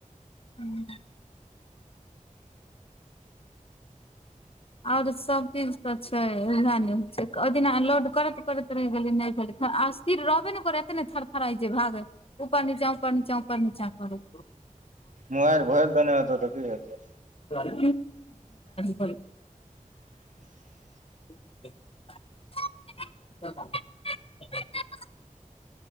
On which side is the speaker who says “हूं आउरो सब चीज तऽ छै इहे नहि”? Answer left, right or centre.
Left